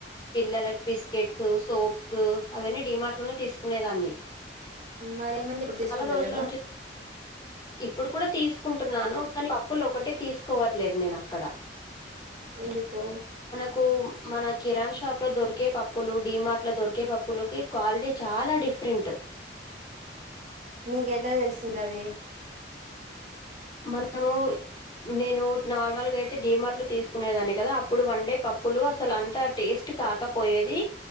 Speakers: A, on the left (about 25°); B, on the right (about 40°).
A: పిల్లలకి బిస్కెట్స్ సోప్స్ అవన్నీ డడిమార్ట్ లోనే తీసుకునే దాన్ని
B: మరేమంది ఇప్పుడు తీసుకుంటాలెవా
A: రోజుల నుంచి ఇప్పుడు కూడా తీసుకుంటున్నాను కానీ పప్పులు ఒకటే తీసుకోవట్లేదు నేను అక్కడ
B: ఎందుకో
A: కు మన కిరాన్ షాప్ లో దొరికే పప్పు పప్పులు డి మార్ట్ లో దొరికే పప్పుల కి క్వాలిటీ చాలా డీ డిఫ్రెంట్
B: నీక ఎట్లా తెలిసింద అది
A: మనము నేను నార్మల్ అయితే డడిమార్ట్లో తీసుకునేదాన్ని కదా అప్పుడు వన్డే పప్పులు అసలు అంత టేస్ట్ కాకపోయేది